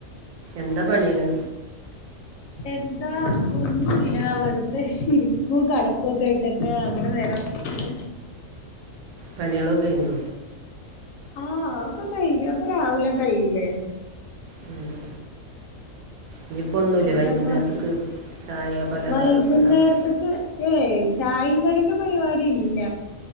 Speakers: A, on the right; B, on the left.
A: എന്താ പണീണ്
B: എന്താ ഒന്നുല്ല വെറ്തെ ഇരിക്കൂ കടക്കോക്കെ ആയിട്ട് തന്നെ അങ്ങനെ നേര എ
A: പണിളോക്കെഴിഞ്ഞോ
B: ആഹ് അതോക്കെ കയിഞ്ഞ് ഒതോക്കെ രാവിലെ കയ്യൂല്ലേ
A: മ്മ് ഇഞ്ഞ്പ്പോന്നുല്ലേ
B: എന്താ
A: വൈകുന്നേരത്ത്ക്ക്
B: ഇങ്ങളെ
A: ചായ പലഹാരോക്കെ
B: വൈകുന്നേരത്ത്ക്ക്
A: ഇണ്ടാക്ക്
B: ഏയ് ചായിം കടിന്റെ പരിപാടി ഇല്ല